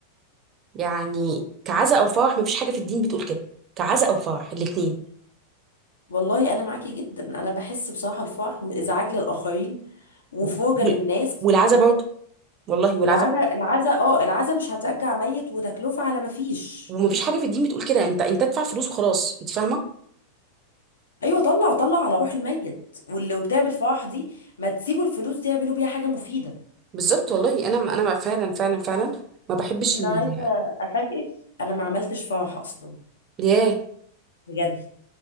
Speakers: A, on the right (about 30°); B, on the left (about 65°).
A: يعني كعزا او فرح ما فيش حاجة في الدين بتقول كده كعزا او فرح الاتنين
B: والله انا معاكي جدا انا بحس بصراحه الفرح من ازعاج للاخرين وفرجه
A: و-
B: للناس
A: والعزا برضه والله والعزا
B: والعزا
A: برضه
B: العزا اه العزا مش هترجع ميت وتكلفة على ما فيش
A: ومفيش حاجه في الدين بتقول كده انت انت ادفع فلوس وخلاص انت فاهمه
B: ايوه طلع طلع على روح الميت واللي بتعمل فرح دي ما تسيبوا الفلوس دي يعملوا بيها حاجة مفيدة
A: بالظبط والله انا انا فعلا فعلا فعلا ما بحبش
B: انا
A: ال
B: عايزه افاجئك انا ما عملتش فرح اصلا
A: ياه
B: بجد